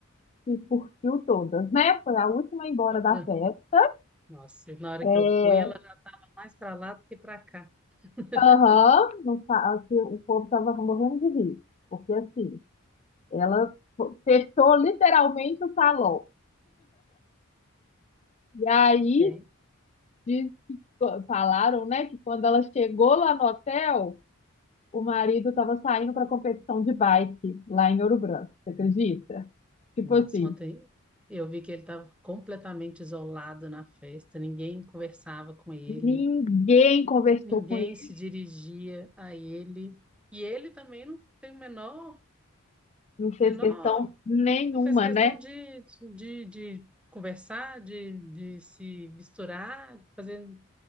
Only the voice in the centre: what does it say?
"Ah,
Nossa, na hora
que eu fui, ela já estava mais para lá do que para cá. <laughs>
É.
Nossa,
ontem eu vi que ele estava completamente isolado na festa. Ninguém conversava com ele,
ninguém
se dirigia a ele. E ele também não tem o menor,
menor
Tu fez questão
de, de, de conversar, de, de se misturar, de fazer.